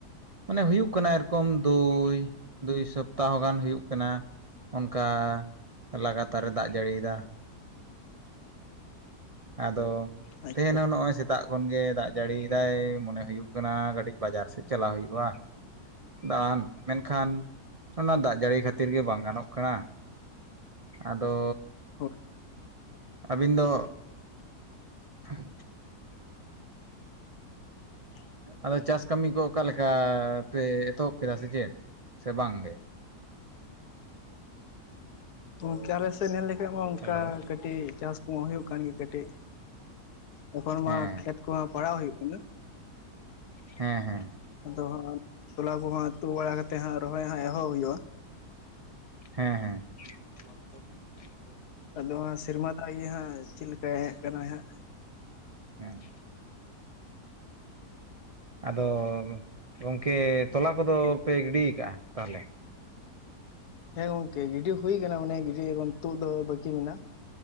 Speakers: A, on the right; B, on the left.
A: ᱢᱟᱱᱮ ᱦᱩᱭᱩᱜ ᱠᱟᱱᱟ ᱮᱭᱨᱚᱠᱚᱢ ᱫᱩᱭ-ᱫᱩᱭ ᱥᱚᱯᱛᱟᱦᱚ ᱜᱟᱱ ᱦᱩᱭᱩᱜ ᱠᱟᱱᱟ ᱚᱱᱠᱟ ᱞᱟᱜᱟᱛᱟᱨᱮ ᱫᱟᱜ ᱡᱟᱹᱲᱤᱭᱮᱫᱟ᱾ ᱟᱫᱚ
B: ᱟᱪᱪᱷᱟ
A: ᱛᱮᱦᱮᱧ ᱦᱚᱸ ᱱᱚᱜᱼᱚᱭ ᱥᱮᱛᱟᱜ ᱠᱷᱚᱱ ᱜᱮ ᱫᱟᱜ ᱡᱟᱹᱲᱤᱭ ᱫᱟᱭ ᱢᱚᱱᱮ ᱦᱩᱭᱩᱜ ᱠᱟᱱᱟ ᱠᱟᱹᱴᱤᱡ ᱵᱟᱡᱟᱨ ᱥᱮᱫ ᱪᱟᱞᱟᱣ ᱦᱩᱭᱩᱜᱼᱟ᱾ ᱫᱟᱬᱟᱱ ᱢᱮᱱᱠᱷᱟᱱ ᱚᱱᱟ ᱫᱟᱜ ᱡᱟᱹᱲᱤ ᱠᱷᱟᱹᱛᱤᱨ ᱜᱮ ᱵᱟᱝ ᱜᱟᱱᱚᱜ ᱠᱟᱱᱟ᱾ ᱟᱫᱚ,
B: ᱦᱳᱭ
A: ᱟᱹᱵᱤᱱ ᱫᱚ ᱦᱮᱸ
B: ᱪᱮᱫ ᱦᱚᱸ ᱵᱟᱝ ᱟᱸᱡᱚᱢ ᱴᱷᱤᱠᱟᱹᱜ ᱠᱟᱱᱟ
A: ᱟᱫᱚ ᱪᱟᱥ ᱠᱟᱹᱢᱤ ᱠᱚ ᱚᱠᱟ ᱞᱮᱠᱟ ᱯᱮ ᱮᱛᱚᱦᱚᱵ ᱠᱮᱫᱟ ᱥᱮ ᱪᱮᱫ ᱥᱮ ᱵᱟᱝ ᱜᱮ
B: ᱜᱚᱝᱠᱮ ᱟᱞᱮ ᱥᱮᱫ ᱧᱮᱞ ᱞᱮᱠᱷᱟᱡ ᱢᱟ ᱚᱱᱠᱟ
A: ᱦᱮᱞᱳ
B: ᱠᱟᱹᱴᱤᱡ ᱪᱟᱥ ᱠᱚᱢᱟ ᱦᱩᱭᱩᱜ ᱠᱟᱱ ᱜᱮ ᱠᱟᱹᱴᱤᱡ ᱮᱠᱷᱚᱱ ᱢᱟ
A: ᱦᱮᱸ
B: ᱠᱷᱮᱛ ᱠᱚᱢᱟ ᱯᱟᱲᱟᱣ ᱦᱩᱭᱩᱜ ᱠᱟᱱᱟ᱾
A: ᱦᱮᱸᱻᱦᱮᱸ
B: ᱟᱫᱚ ᱦᱟᱸᱜ ᱛᱚᱞᱟ ᱠᱚᱦᱟᱸᱜ ᱛᱩᱫ ᱵᱟᱲᱟ ᱠᱟᱛᱮ ᱦᱟᱸᱜ ᱨᱚᱦᱚᱭ ᱦᱟᱸᱜ ᱮᱦᱚᱵ ᱦᱩᱭᱩᱜᱼᱟ᱾
A: ᱦᱮᱸᱻᱦᱮᱸ ᱪᱮᱫ ᱦᱚᱸ ᱵᱟᱝ ᱟᱸᱡᱚᱢᱚᱜ ᱠᱟᱱᱟ
B: ᱟᱫᱚ ᱥᱮᱨᱢᱟ ᱫᱟᱜ ᱜᱮ ᱦᱟᱸᱜ ᱪᱮᱫ ᱞᱮᱠᱟᱭ ᱦᱮᱡ ᱠᱟᱱᱟᱭ ᱦᱟᱸᱜ᱾
A: ᱩᱸ᱾ ᱟᱫᱚ ᱜᱚᱝᱠᱮ ᱛᱚᱞᱟ ᱠᱚᱫᱚ ᱯᱮ ᱜᱤᱰᱤ ᱠᱟᱜᱼᱟ ᱛᱟᱦᱚᱞᱮ?
B: ᱦᱮᱸ ᱜᱚᱝᱠᱮ ᱜᱤᱰᱤ ᱦᱩᱭ ᱠᱟᱱᱟ ᱢᱟᱱᱮ ᱜᱤᱰᱤ ᱛᱩᱫ ᱫᱚ ᱵᱟᱹᱠᱤ ᱢᱮᱱᱟᱜᱼᱟ